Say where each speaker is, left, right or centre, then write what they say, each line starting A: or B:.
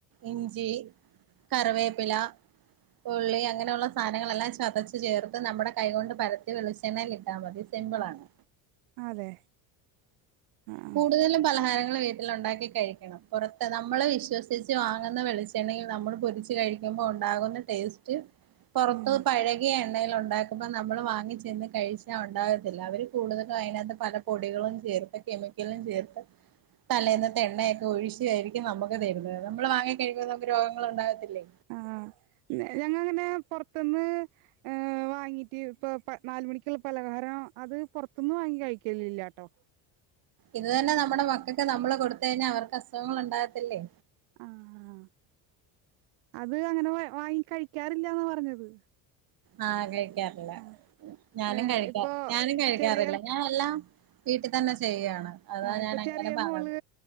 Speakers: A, on the right (about 45°); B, on the right (about 80°).
A: ഇഞ്ചി കറിവേപ്പില ഉള്ളി അങ്ങനെയൊള്ള സാനങ്ങളെല്ലാം ചതച്ച് ചേർത്ത് നമ്മടെ കൈ കൊണ്ട് പരത്തി വെളിച്ചെണ്ണയിലിട്ടാ മതി സിമ്പിളാണ്
B: അതെ ആഹ്
A: കൂടുതലും പലഹാരങ്ങള് വീ ട്ടിലൊണ്ടാക്കി കഴിക്കണം പൊറത്ത് നമ്മള് വിശ്വസിച്ച് വാങ്ങുന്ന വെളിച്ചെണ്ണയിൽ നമ്മള് പൊരിച്ച് കഴിക്കുമ്പോ ഒണ്ടാകുന്ന ടേസ്റ്റ് പൊറത്ത്
B: ഉം
A: പഴകി കിയ എണ്ണയിലൊണ്ടാക്കുമ്പ നമ്മള് വാങ്ങി ചെന്ന് കഴിച്ചാ ഒണ്ടാകത്തില്ല അവര് കൂടുതലു അയിനാത്ത് പല പ് പൊടികളും ചേർത്ത് കെമിക്കലും ചേർത്ത് തലേന്നത്തെ എണ്ണയൊക്കെ ഒഴിച്ചുവായിരിക്കും നമ്മക്ക് തെരുന്നത് നമ്മള് വാങ്ങിക്കഴിക്കുമ്പോ നമുക്ക് രോഗങ്ങളൊണ്ടാകത്തില്ലേ
B: ആഹ് നേ ഞങ്ങങ്ങനേ പൊറത്ത്ന്ന് അ് വാങ്ങീട്ട് ഇപ്പൊ പ നാല് മണിക്കിള്ള പലഹാരം അത് പൊറത്ത്ന്ന് വാങ്ങി കഴിക്കലില്ല്യാട്ടോ
A: ഇത് തന്ന നമ്മട മക്കക്ക് നമ്മള് കൊടുത്ത് കഴിഞ്ഞാ അവർക്ക് അസുഖങ്ങളൊണ്ടാകത്തില്ലേ
B: അ ആ അത് അങ്ങനെ വാങ്ങി കഴിക്കാറില്ല്യാന്ന പറഞ്ഞത്
A: ആ കഴിക്കാറില്ല
B: ആഹ്
A: ഞാനും
B: ഏഹ്
A: കഴിക്ക
B: ഇപ്പൊ
A: ഞാനും കഴിക്കാറില്ല
B: ചെറിയ
A: ഞ എല്ലാം വീട്ടിൽ തന്നെ ചെയ്യാണ് അതാ
B: ആ ഇപ്പൊ
A: ഞാൻ അങ്ങനെ
B: ചെറിയ
A: പറഞ്ഞത്
B: മോള്